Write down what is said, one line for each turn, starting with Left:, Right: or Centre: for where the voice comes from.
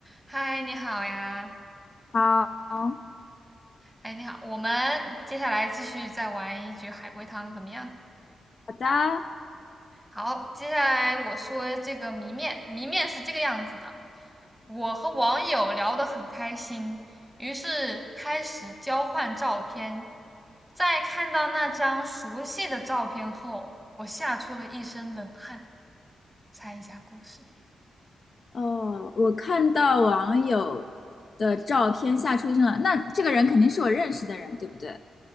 Centre: 嗨，你好呀！
Left: 好，好
Centre: 哎，你好，我们接下来继续再玩一局海龟汤，怎么样？
Left: 的。
Centre: 好，接下来我说这个谜面，谜面是这个样子的：我和网友聊得很开心，于是开始交换照片。在看到那张熟悉的照片后，我吓出了一身冷汗。猜一下故事。
Left: 哦，我看到网友的照片吓出一身冷，那这个人肯定是我认识的人，对不对？